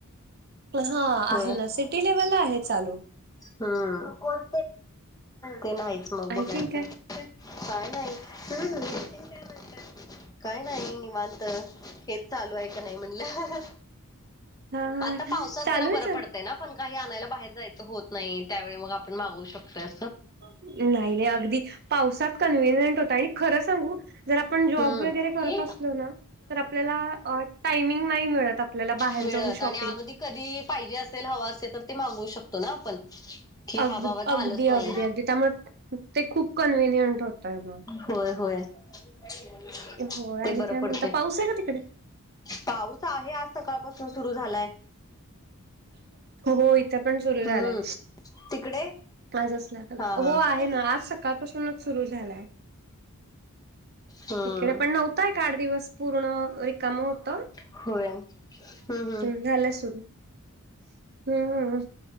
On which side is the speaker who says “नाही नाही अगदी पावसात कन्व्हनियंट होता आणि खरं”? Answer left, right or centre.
Right